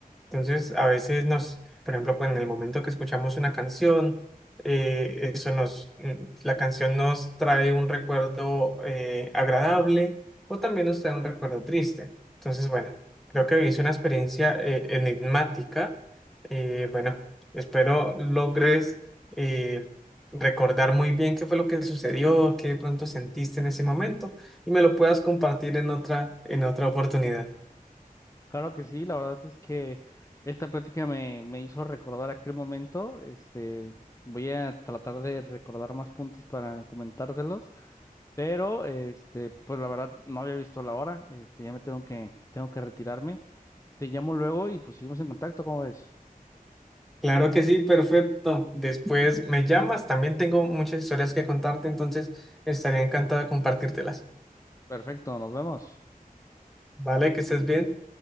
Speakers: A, in the centre; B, on the left (about 20°).
A: Entonces, a veces nos, por ejemplo, pues, en el momento que escuchamos una canción, eh, eso nos, mm, la canción nos trae un recuerdo eh, agradable o también nos trae un recuerdo triste. Entonces, bueno, creo que vivís una experiencia eh, enigmática. Eh, bueno, espero logres eh, recordar muy bien qué fue lo que sucedió, qué de pronto sentiste en ese momento y me lo puedas compartir en otra, en otra oportunidad.
B: Claro que sí, la verdad es que esta plática me, me hizo recordar aquel momento. Este, voy a tratar de recordar más puntos para comentártelos, pero este, pues la verdad no había visto la hora. Este, ya me tengo que, tengo que retirarme. Te llamo luego y pues seguimos en contacto, ¿cómo ves?
A: Claro que sí, perfecto. Después me llamas, también tengo muchas historias que contarte, entonces estaría encantado de compartírtelas.
B: Perfecto, nos vemos.
A: Vale, que estés bien.